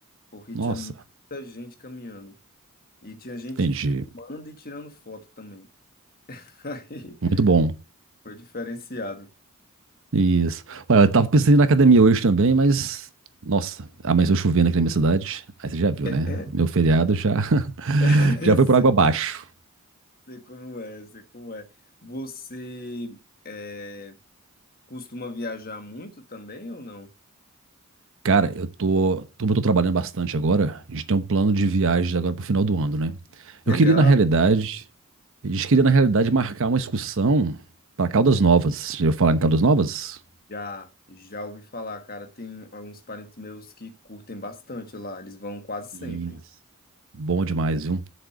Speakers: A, on the left; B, on the right.
A: porque
B: nossa.
A: tinha muita gente caminhando. E tinha gente
B: Entendi.
A: filmando e tirando foto também. <laughs> Aí
B: Muito bom.
A: foi diferenciado.
B: Isso. Olha, eu tava pensando em ir na academia hoje também, mas. Nossa, amanheceu chovendo aqui na minha cidade. Aí você já viu,
A: <clears throat>
B: né? Meu feriado já, <laughs>
A: <laughs>
B: já foi por água abaixo.
A: Sei como é, sei como é. Você é, costuma viajar muito também ou não?
B: Cara, eu tô, como eu tô trabalhando bastante agora, a gente tem um plano de viagens agora pro final do ano, né?
A: Legal.
B: Eu queria, na realidade, gente queria, na realidade, marcar uma excursão para Caldas Novas. Já ouviu falar em Caldas Novas?
A: Já, já ouvi falar, cara. Tem alguns parentes meus que curtem bastante lá. Eles vão quase
B: Isso.
A: sempre.
B: Bom demais, viu?